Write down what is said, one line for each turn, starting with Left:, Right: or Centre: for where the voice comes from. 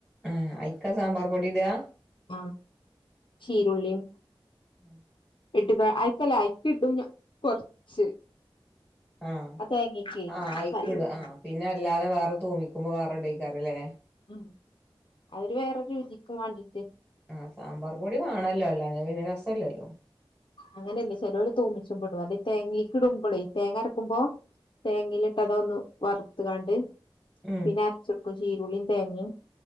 Centre: ആഹ് ഐക്കാ സാമ്പാർ പൊടിയിടാ
Left: ആഹ് ചീരുള്ളിയും
Centre: മ <inaudible>
Left: ഇട്ട്ക്ക ആയിക്കല്ലേ ആയിക്കിട്ടും ഞ കൊറച്ച്
Centre: ആഹ്
Left: ആ തേങ്ങക്കെ
Centre: ആഹ് ആയിക്കുട
Left: കലവും
Centre: ആഹ് പിന്നെ അല്ലാതെ വേറെ തൂമി തുമ്മിക്കുമ്പോ വേറെ എടുക്കാവൈകാരം അല്ലേ
Left: മ്മ് അവര് വേറെ രുചി കുമാങ്കിട്ട്
Centre: ആഹ് സാമ്പാറ് പൊടി വേണോല്ലോ അല്ലാതെ പിന്നെ രസല്ലല്ലോ
Left: അങ്ങനെയല്ല ചെലവലര് തൂമിച്ച്പ്ടും അത് തേങ്ങക്ക് ഇടുമ്പോളേ തേങ്ങ അരക്കുമ്പോ തേങ്ങയിലിട്ട് അത ഒന്ന് വറുത്തുകാണ്ട്
Centre: ഉം
Left: പിന്നെ അരച്ചെടുക്കും ജീരുളീം തേങ്ങേം